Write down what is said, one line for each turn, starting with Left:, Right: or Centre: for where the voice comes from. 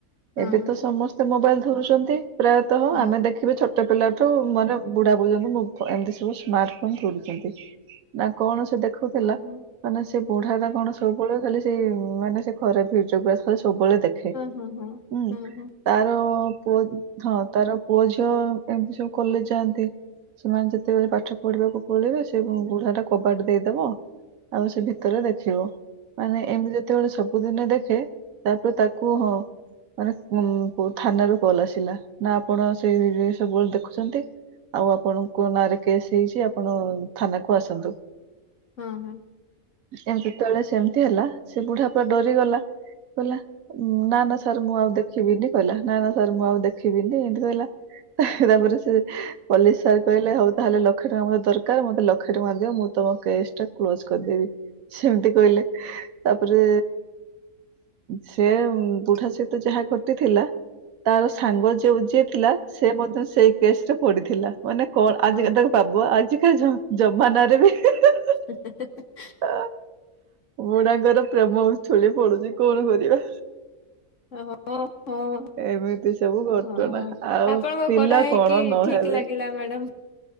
Left: ହଁ
Right: ଏବେ
Left: ହଁ
Right: ତ ସମସ୍ତେ ମୋବାଇଲ ଧରୁଛନ୍ତି ପ୍ରାୟତଃ
Left: ହଁ
Right: ଆମେ ଦେଖ ଏବେ ଛୋଟ ପିଲାଠୁ ମାନେ ବୁଢା ପର୍ଯ୍ୟନ୍ତ ଏମିତି ସବୁ ସ୍ମାର୍ଟ ଫୋନ ଧରୁଛନ୍ତି। ନା କଣ ସେ ଦେଖୁଥିଲା।
Left: ହଁ ହଁ
Right: ମାନେ ସେ ବୁଢା ଟା କଣ ସବୁବେଳେ ଖାଲି ସେଇ ମାନେ ସେ ଖରାପ ଭିଡିଓୋଗ୍ରାଫ ସବୁବେଳେ ଦେଖ। ଖେ,
Left: ହଁ ହଁ
Right: ଉଁ
Left: ହଁ ହଁ।
Right: ତାର ପୁଅ ହଁ ତାର ପୁଅ ଝିଅ ଏମିତି ସବୁ କଲେଜ ଯାନ୍ତି। ସେମାନେ ଯେତେବେଳେ ପାଠ ପଢିବାକୁ ପଳେଇବେ ସେ ବୁଢା ଟା କବାଟ ଦେଇଦବ। ଆଉ ସେ ଭିତରେ ଦେଖିବ ମାନେ ଏମିତି ଯେତେବେଳେ ସବୁଦିନ ଦେଖେ ତାପରେ ତାକୁ କୁ, ହଁ ମାନେ ଥାନରୁ କଲ୍ ଆସିଲା ନା ଆପଣ ସେଇ ରେ ସବୁବେଳେ ଦେଖୁଛନ୍ତି। ଆଉ ଆପଣଙ୍କ ନାଁରେ କେସ୍ ହେଇଛି ଆପଣ ଥାନା କୁ ଆସନ୍ତୁ।
Left: ହଁ, ହଁ
Right: ଏମିତି ଜେତ ବେଳେ ସେମିତି ହେଲା ସେ ବୁଢା ପୁରା ଡରିଗଲା କହିଲା ନା, ନା ସାର୍ ମୁଁ ଆଉ ଦେଖିବିନି କହିଲା ନା, ନା ସାର୍ ମୁଁ ଆଉ ଦେଖିବିନି ଏମିତି କହିଲା। ତା ପରେ ସେ ପୋଲିସ ସାର୍ କହିଲେ, ହଉ ତାହେଲେ ଲକ୍ଷେ ଟଙ୍କା ମତେ ଦରକାର ମତେ ଲକ୍ଷ ଟଙ୍କା ଦିଅ ମୁଁ ତମ କେଶ୍ ଟା କ୍ଲୋଜ କରିଦେବି ସେମିତି କହିଲେ। ତା ପରେ ସେ ବୁଢା ସହିତ ଯାହା ଘଟିଥିଲା। ତାର ସାଙ୍ଗ ଯୋଉ ଯିଏ ଥିଲା ସେ ମଧ୍ୟ ସେଇ କେସ ରେ ପଡିଥିଲା। ମାନେ କଣ
Left: ଆ
Right: ଆଜିକାଲି ତାକୁ ପବୁ ଆଜିକା ଜମାନାରେ ବି <unintelligible>
Left: ହେ ହେ ହେ।
Right: ଆ ବୁଢାଙ୍କର ପ୍ରେମ ଉଛୁଳି ପଡୁଛି କଣ କରିବା।
Left: ଆହୋ ହୋ ହଁ,
Right: ଏମିତି ସବୁ ଘଟଣା
Left: ହଁ
Right: ଆଉ
Left: ଆପଣଙ୍କ
Right: ପିଲା
Left: କଥା ହେଇକି
Right: କଣ ନହେବେ
Left: ଠିକ ଲାଗିଲା ମ୍ୟାଡାମ୍।